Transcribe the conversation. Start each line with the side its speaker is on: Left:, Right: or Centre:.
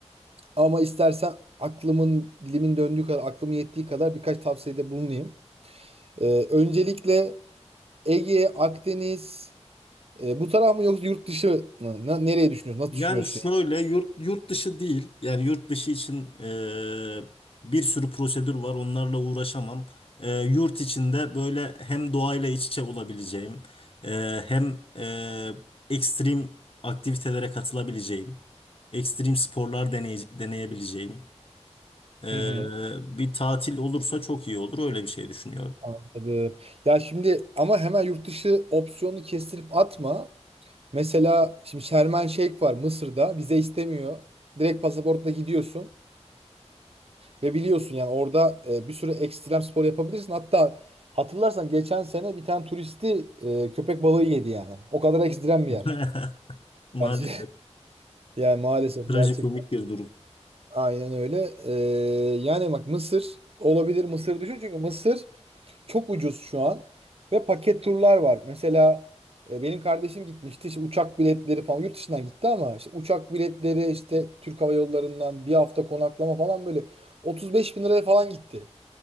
Right: ama istersen aklımın dilimin döndüğü kadar, aklım yettiği kadar birkaç tavsiyede bulunayım. Ee, öncelikle Ege, Akdeniz E, bu taraf mı yoksa yurt dışı mı? Na- nereye düşünüyorsun? Nasıl
Left: Yani
Right: düşünüyorsun?
Left: şöyle yurt yurt dışı değil. Yani yurt dışı için e, bir sürü prosedür var. Onlarla uğraşamam. E, yurt içinde böyle hem doğayla iç içe olabileceğim, e, hem e, ekstrem aktivitelere katılabileceğim, ekstrem sporlar deney- deneyebileceğim. Ee,
Right: Hı hı.
Left: bir tatil olursa çok iyi olur. Öyle bir şey düşünüyorum.
Right: Anladım. Ya şimdi ama hemen yurt dışı opsiyonunu kestirip atma. Mesela şimdi Şermen Şeyh var Mısır'da. Vize istemiyor. Direkt pasaportla gidiyorsun. Ve biliyorsun yani orada e, bir sürü ekstrem spor yapabilirsin. Hatta hatırlarsan geçen sene bir tane turisti e, köpek balığı yedi yani. O kadar ekstrem bir
Left: <laughs>
Right: yer.
Left: Maalesef.
Right: Yani, siz- <laughs> yani maalesef
Left: Trajikomik
Right: gerçekten
Left: bir durum.
Right: aynen öyle. E, yani bak Mısır olabilir Mısır düşün. Çünkü Mısır çok ucuz şu an. Ve paket turlar var. Mesela e, benim kardeşim gitmişti. İşte uçak biletleri falan yurt dışından gitti ama işte uçak biletleri işte Türk Hava Yolları'ndan bir hafta konaklama falan böyle 35 bin liraya falan gitti.